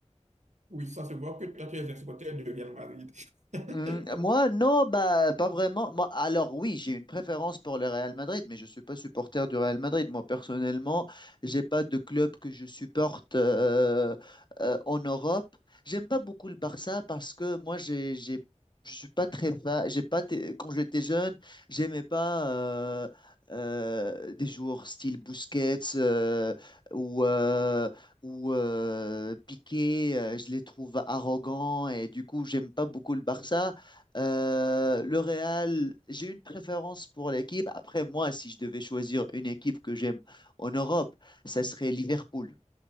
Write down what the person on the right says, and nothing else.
Oui, ça se voit que toi, tu es un supporter de Real Madrid. <laughs>